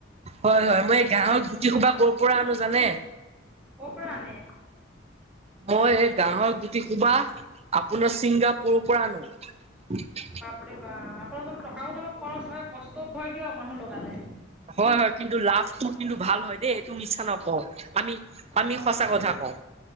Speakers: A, on the right; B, in the centre.
A: হয়- হয় মই এই গাহৰ গুটি সোপা ক'ৰ পৰা আনো জানে?
B: কৰ পৰা আনে?
A: মই এই গাঁৱৰ গুটি সোপা আপোনাৰ ছিংগাপুৰৰ পৰা আনো। উ <unintelligible>
B: বাপৰে বাপ, আপোনালোকৰ টকাও জনক খৰচ হয় কষ্টও হয় দিয়ক মানুহ লগালে।
A: হয়- হয়। কিন্তু লাভটো কিন্তু ভাল হয় দেই এইটো মিছা নকওঁ। আমি আমি
B: হয়
A: সঁচা কথা কওঁ,